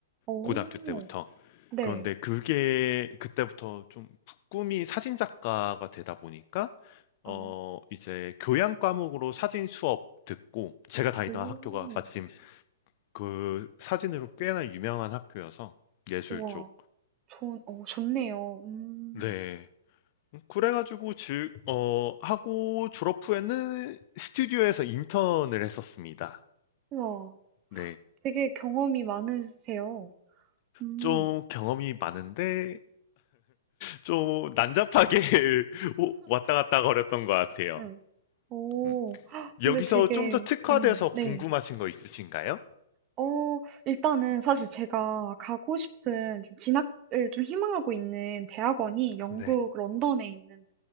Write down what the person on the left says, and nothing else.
고등학교 때부터.
그런데 그게 그때부터 좀 꿈이 사진 작가가 되다 보니까 어
이제 교양 과목으로 사진 수업 듣고 제가 다니던
학교가 마침 그 사진으로 꽤나 유명한 학교여서 예술
쪽.
네. 음, 그래가지고 즉, 어, 하고 졸업 후에는 스튜디오에서 인턴을 했었습니다.
네.
좀 경험이 많은데, 좀 난잡하게 <laughs> 오- 왔다 갔다 거렸던 것 같아요.
음.
여기서
좀 더 특화돼서
궁금하신
거 있으신가요?
네.